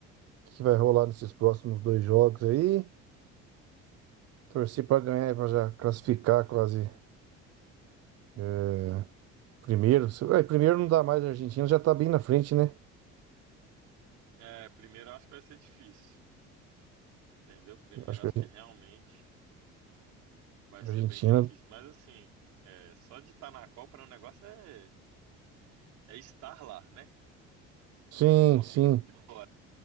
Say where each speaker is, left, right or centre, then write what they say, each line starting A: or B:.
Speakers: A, on the right; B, on the right.
A: que vai rolar nesses próximos dois jogos aí. Torcer para ganhar, para já classificar quase é, primeiro. Se- é, primeiro não dá mais, a Argentina já tá bem na frente, né?
B: É, primeiro eu acho que vai ser difícil, entendeu? Primeiro
A: Eu acho
B: eu acho
A: que
B: que realmente vai
A: a
B: ser
A: Argentina...
B: bem difícil. Mas assim, é, só de estar na Copa né, o negócio é, é estar lá, né?
A: Sim,
B: Pode
A: sim,
B: ficar de fora.